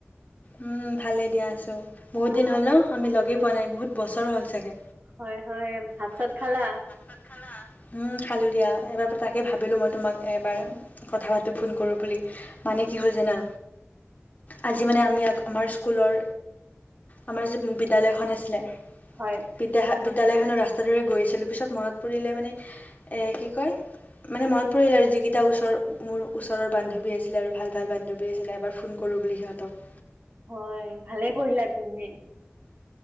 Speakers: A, on the left; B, on the right.
A: উম! ভালেই দিয়া আছোঁ। বহুত
B: অ
A: দিন হ'ল ন আমি লগেই পোৱা নাই বহুত বছৰ হ'ল চাগে।
B: হয় হয় ভাত
A: হয়-হয়।
B: চাত খালা
A: ভাত-চাত খালা? উম! খালোঁ দিয়া। এবাৰ তাকে ভাবিলোঁ মই তোমাক এবাৰ কথা পাতো, ফোন কৰোঁ বুলি। মানে কি হ'ল জানা আজি মানে আমি আমাৰ স্কুলৰ আমাৰ যে বিদ্যালয়খন আছিলে
B: হয়
A: বিদ্যা বিদ্যালয়খনৰ ৰাস্তাটোৰে গৈ আছিলোঁ পিছত মনত পৰিলে মানে এ কি কয় মানে মনত পৰিল আৰু যিকেইটা ওচৰ মোৰ ওচৰৰ বান্ধৱী আছিলে আৰু ভাল-ভাল বান্ধৱী আছিলে এবাৰ ফোন কৰোঁ বুলি সিহঁতক।
B: হয়, ভালে কৰিলা তুমি।